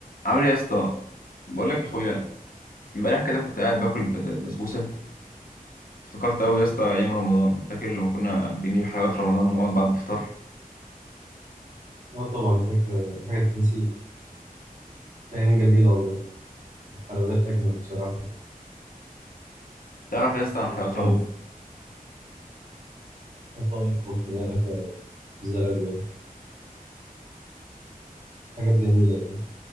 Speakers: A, on the left (about 70°); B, on the right (about 55°).
A: عامل ايه يا اسطى بقول لك يا اخويا امبارح كده كنت قاعد باكل بس- بسبوسه افتكرت قوي يا اسطى ايام رمضان فاكر لما كنا بنجيب حلويات رمضان ونقعد بعد الفطار
B: اه طبعا فاكر دي حاجة تتنسي أيام جميلة والله الحلويات أجمل بصراحة
A: تعرف يا اسطى
B: <laughs>
A: انا
B: القطايف
A: حلويات رمضان
B: القطايف والكنافة والزلابية حاجات جميلة يعني